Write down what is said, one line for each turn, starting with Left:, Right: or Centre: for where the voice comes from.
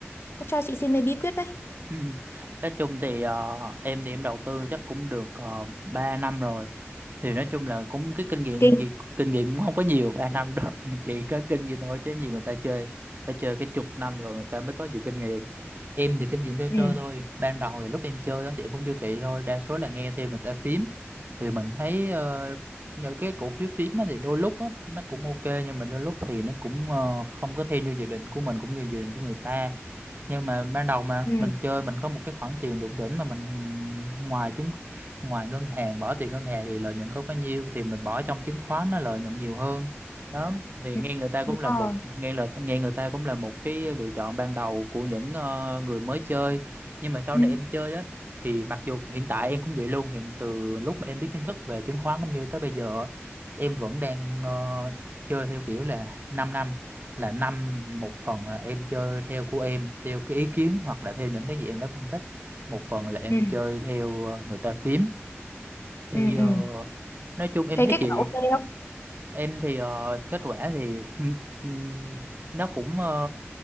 Left: Có cho chị xin mấy bí quyết đấy.
Right: Ừ. Nói chung thì ờ, em thì em đầu tư chắc cũng được uh, 3 năm rồi thì nói chung là cũng cái kinh nghiệm
Left: Kinh.
Right: gì- kinh nghiệm cũng không có nhiều 3 năm đâu <laughs> chỉ có kinh nghiệm thôi chứ nhiều người ta chơi phải chơi cái chục năm rồi người ta mới có nhiều kinh nghiệm em thì kinh nghiệm chơi
Left: Ừ.
Right: chơi thôi ban đầu thì lúc em chơi á thì em cũng chưa kỹ thôi đa số là nghe theo người ta phím thì mình thấy ờ, những cái cổ phiếu phím á thì đôi lúc á nó cũng ok nhưng mà đôi lúc thì nó cũng ờ, không có theo như dự định của mình cũng như dự định của người ta nhưng mà ban đầu mà
Left: Ừ.
Right: mình chơi mình có một cái khoản tiền đụng đỉnh mà mình ngoài chứng ngoài ngân hàng bỏ tiền ngân hàng thì lợi nhuận không bao nhiêu thì mình bỏ trong chứng khoán nó lợi nhuận nhiều hơn đó thì
Left: ừ,
Right: nghe người ta cũng
Left: đúng
Right: là
Left: rồi
Right: một nghe là nghe người ta cũng là một cái lựa chọn ban đầu của những ờ, người mới chơi nhưng mà sau
Left: ừ,
Right: này em chơi á thì mặc dù hiện tại em cũng vậy luôn hiện từ lúc mà em biết kiến thức về chứng khoán cũng như tới bây giờ á, em vẫn đang ờ, chơi theo kiểu là 5 năm năm là năm một phần là em chơi theo của em theo cái ý kiến hoặc là theo những cái gì em đã phân tích một phần là em
Left: ừ,
Right: chơi theo ờ, người ta phím thì
Left: ừ,
Right: ờ,
Left: ừ.
Right: nói chung em
Left: Thấy
Right: thấy
Left: kết
Right: chị
Left: quả ok không?
Right: em thì ờ, kết quả thì <laughs> ừm, nó cũng ờ,